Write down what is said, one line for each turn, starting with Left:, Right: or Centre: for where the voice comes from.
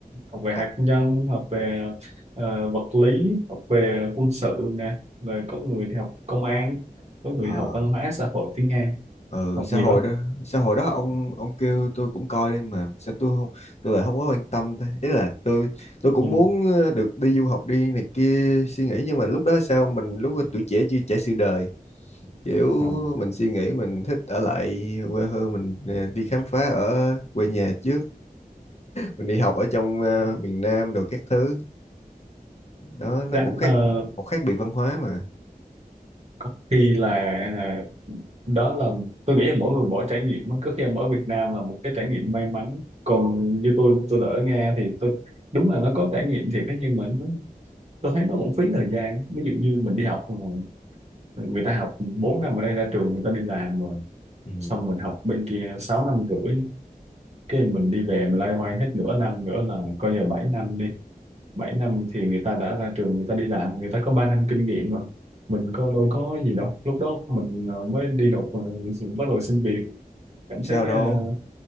Right: học về
Left: à,
Right: hạt nhân học về ờ, vật lý học về quân sự nè rồi có người thì học công an có người
Left: ờ.
Right: học văn hóa xã hội tiếng Nga
Left: ừ
Right: học
Left: xã
Right: nhiều
Left: hội
Right: lắm
Left: đó xã hội đó ông ông kêu tôi cũng coi đi mà sao tôi không tôi lại không có quan tâm thế ý là tôi tôi cũng
Right: Ừ.
Left: muốn ờ, được đi du học đi này kia suy nghĩ nhưng mà lúc đó sao mình lúc đó tuổi trẻ chưa trải sự đời kiểu
Right: ừ.
Left: mình suy nghĩ mình thích ở lại quê hương mình ờ, đi khám phá ở quê nhà trước mình đi học ở trong ờ, miền Nam đồ các thứ đó nó
Right: Dạ,
Left: cũng khác
Right: ờ,
Left: một khác biệt văn hóa mà
Right: có khi là à, đó là tôi nghĩ là mỗi người mỗi trải nghiệm á. có khi ông ở Việt Nam là một cái trải nghiệm may mắn còn như tôi tôi đã ở Nga thì tôi đúng là nó có trải nghiệm thiệt đó nhưng mà nó, tôi thấy nó cũng phí thời gian ví dụ như mình đi học rồi, người ta học 4 năm ở đây ra trường người ta đi làm rồi
Left: Ừ.
Right: xong mình học bên kia sáu năm rưỡi cái mình đi về mình loay hoay hết nửa năm nữa là coi giờ 7 năm đi 7 năm thì người ta đã ra trường người ta đi làm người ta có 3 năm kinh nghiệm rồi mình có đâu có gì đâu lúc đó mình ờ, mới đi nộp ờ, bắt đầu xin việc cảm
Left: Sao
Right: thấy
Left: đâu,
Right: ờ,